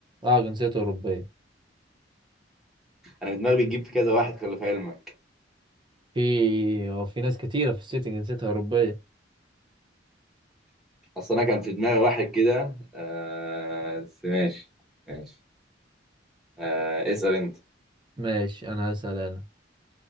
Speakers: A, on the right; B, in the centre.
A: اه جنسيته اوروبيه
B: أنا دماغي بتجيب في كذا واحد خلي في علمك
A: في هو في ناس كتيره في السيتي جنسيتها اوروبيه
B: أصلا أنا كان في دماغي واحد كده آه بس ماشي ماشي آه اسأل أنت
A: ماشي انا هسأل انا